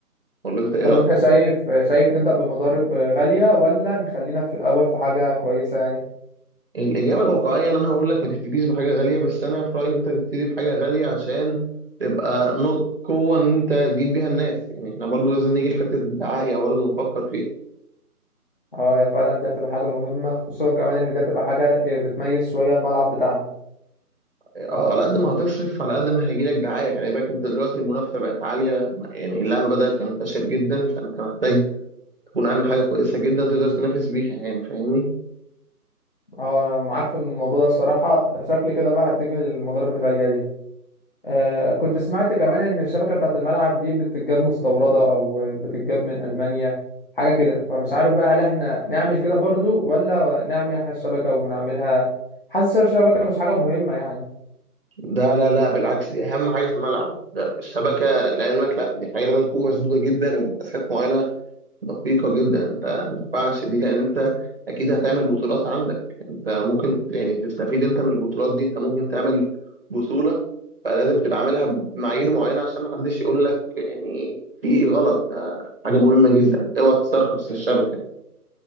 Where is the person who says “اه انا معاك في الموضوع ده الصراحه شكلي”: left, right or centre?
Left